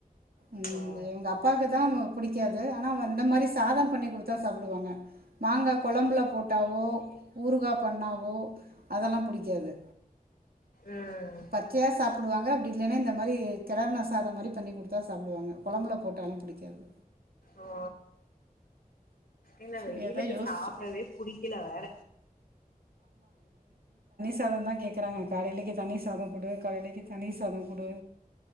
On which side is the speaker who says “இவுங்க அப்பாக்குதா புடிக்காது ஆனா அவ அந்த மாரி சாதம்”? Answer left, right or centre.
Right